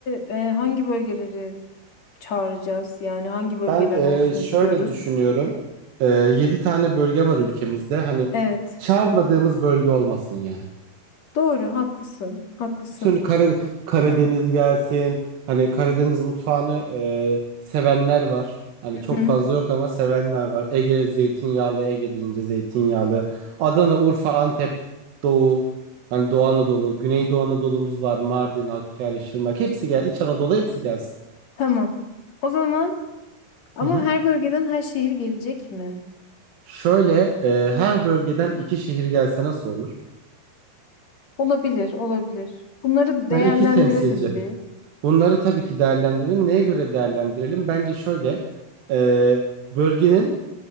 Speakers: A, on the left; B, on the right.
A: e, hangi bölgeleri çağıracağız? Yani hangi bölgeler
B: Ben e,
A: olsun
B: şöyle
A: istiyoruz?
B: düşünüyorum. E, 7 tane bölge var ülkemizde. Hani
A: Evet.
B: çağırmadığımız bölge olmasın ya.
A: Doğru haklısın. Haklısın.
B: Bütün Kara- Karadeniz gelsin. Hani Karadeniz mutfağını e, sevenler var. Hani
A: Hı hı.
B: çok fazla yok ama sevenler var. Ege zeytinyağlı, Ege deyince zeytinyağlı. Adana, Urfa, Antep, Doğu. Hani Doğu Anadolu, Güneydoğu Anadolu'muz var. Mardin, Hakkari, Şırnak. Hepsi gel. İç Anadolu hepsi gelsin.
A: Tamam. O zaman ama
B: Hı hı.
A: her bölgeden her şehir gelecek mi?
B: Şöyle e, her bölgeden iki şehir gelse nasıl olur?
A: Olabilir, olabilir. Bunları değerlendirelim
B: Ha, iki temsilci.
A: bir.
B: Bunları tabii ki değerlendirelim. Neye göre değerlendirelim? Bence şöyle e, bölgenin